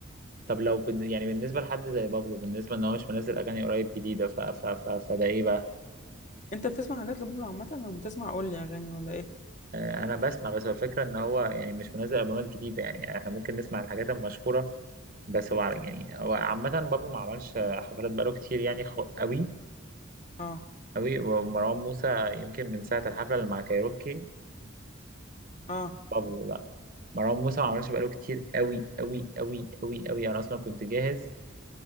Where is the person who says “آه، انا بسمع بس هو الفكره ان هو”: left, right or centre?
Right